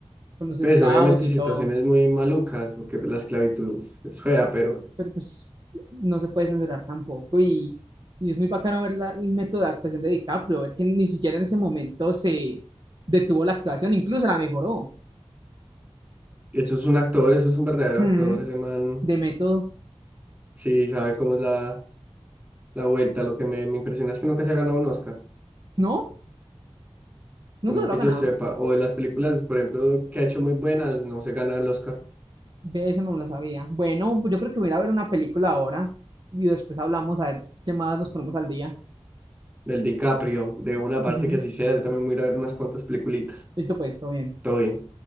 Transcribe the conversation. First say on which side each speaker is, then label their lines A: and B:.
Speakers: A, on the right; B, on the right.
A: con los esclavos
B: pues obviamente
A: y
B: situaciones
A: todo.
B: muy malucas, porque pues, la esclavitud es fea, pero
A: pero pues no se puede censurar tampoco y, y es muy bacano ver la- el método de actuación de DiCaprio, ver que ni siquiera en ese momento se detuvo la actuación, incluso la mejoró
B: eso es un actor, eso es un verdadero
A: Mm,
B: actor, ese man
A: de método.
B: sí sabe cómo es la, la vuelta. Lo que me, me impresiona es que nunca se ha ganado un Oscar,
A: ¿No? Nunca
B: o no
A: se lo
B: que
A: ha ganado.
B: yo sepa, o de las películas, por ejemplo, que ha hecho muy buenas, no se gana el Oscar.
A: Ve, eso no lo sabía. Bueno, pues yo creo que voy a ir a ver una película ahora y después hablamos a ver qué más nos ponemos al día.
B: del DiCaprio, de una, parece
A: ujú.
B: que así sea. Yo también voy a ir a ver unas cuantas peliculitas.
A: Listo, pues, todo bien.
B: Todo bien.